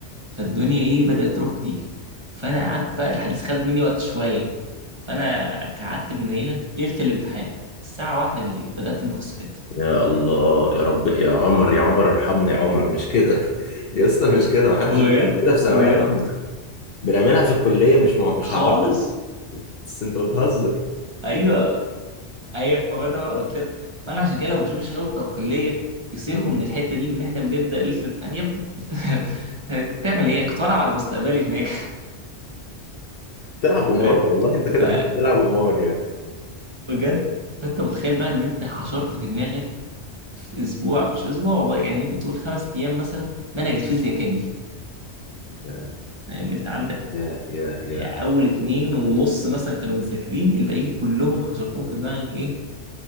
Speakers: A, on the right; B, on the left.
A: فالدنيا ايه بدات تروح وتيجي فانا قعدت بقى الحديث خدت مني وقت شويه فانا قعدت المنيله ليله الامتحان الساعه واحدة بالليل بدات المكثفات
B: يا الله يا رب يا عمر يا عمر ارحمني يا عمر مش كده <laughs> يا اسطى مش كده ما حدش
A: بجد
B: بيعمل كده في
A: بجد
B: ثانوية عامة بنعملها في الكليه مش مع... مش
A: خالص
B: هعرف بس انت بتهزر
A: ايوه ايوه ما انا بقى قلت لك ما انا عشان كده لما بشوف الشرطه والكليه يصيحوا
B: مم.
A: من الحته دي وان احنا بنبدا ليله الامتحان يا ابني <laughs> انت بتعمل ايه؟ كنت بلعب على مستقبلي هناك
B: بتلعب قمار
A: <laughs>
B: والله
A: فاهم؟
B: انت
A: ف
B: كده كنت بتلعب قمار يعني
A: بجد فانت متخيل بقى ان انت حشرت في دماغك في اسبوع مش في اسبوع والله يعني ممكن تقول خمس ايام مثلا منهج الفيزياء كامل
B: يا
A: فاهم؟ انت عندك
B: يا يا يا
A: اول اتنين ونص مثلا كانوا مذاكرين الباقيين كلهم حشرتهم في دماغك ايه؟